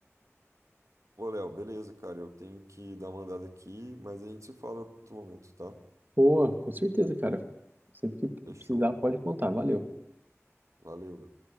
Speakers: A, on the right (about 85°); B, on the right (about 40°).
A: Ô, Léo, beleza, cara. Eu tenho que dar uma andada aqui, mas a gente se fala em outro momento, tá?
B: Boa, com certeza, cara. Sempre que
A: Fechou.
B: precisar, pode contar. Valeu.
A: Valeu, Léo.